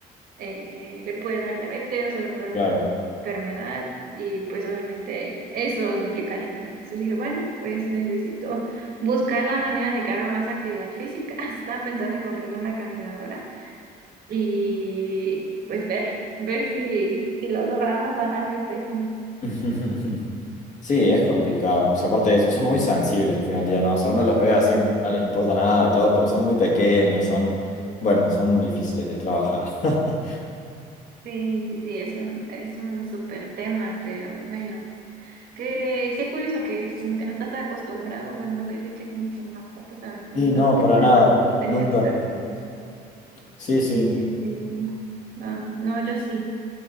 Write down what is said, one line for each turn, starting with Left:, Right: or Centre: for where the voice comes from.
Right: eh, le puede dar diabetes, o sea, le puede
Left: claro.
Right: dar una enfermedad y pues obviamente eso implica dinero. Entonces dije, bueno, pues necesito buscar la manera de que haga más actividad física. <laughs> Estaba pensando en comprarle una caminadora y pues ver, ver si, si lo logramos bajar de peso.
Left: <laughs> Sí, es complicado. O sea, aparte de eso, son muy sensibles al final del día, ¿no? O sea, uno los ve así
Right: Mm.
Left: como que no les importa nada y todo, pero son muy pequeños, son, bueno, son difíciles de trabajar. <laughs>
Right: Sí, sí, sí, es un, es un súper tema, pero bueno. Qué, qué curioso que es como que no estás acostumbrado, bueno, no creciste como con las fotos, a lo mejor
Left: Sí,
Right: justamente
Left: no, para
Right: por
Left: nada,
Right: eso te
Left: nunca.
Right: sientes así. ¿no?
Left: Sí, sí.
Right: Sí, sí, sí. Ah, no, yo sí.